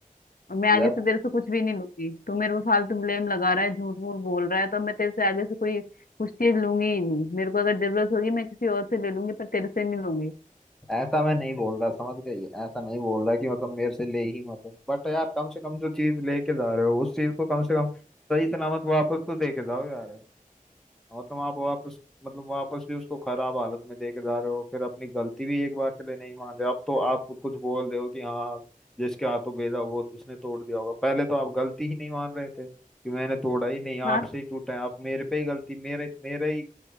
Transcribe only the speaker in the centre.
यार
ऐसा मैं नहीं बोल रहा समझ गई ऐसा नहीं बोल रहा कि मतलब मेरे से ले ही मत बट यार कम से कम जो चीज लेके जा रहे हो उस चीज को कम से कम सही सलामत वापस तो दे के जाओ यार मतलब आप वापस मतलब वापस भी उसको खराब हालत में दे के जा रहे हो फिर अपनी गलती भी एक बार के लिए नहीं मान रहे अब तो आप कुछ बोल रहे हो कि हाँ जिसके हाथों भेजा वो उसने तोड़ दिया होगा पहले तो आप गलती ही नहीं मान रहे थे कि मैंने तोड़ा ही नहीं
आपसे ही टूटा है आप मेरे पे ही गलती मेरे मेरे ही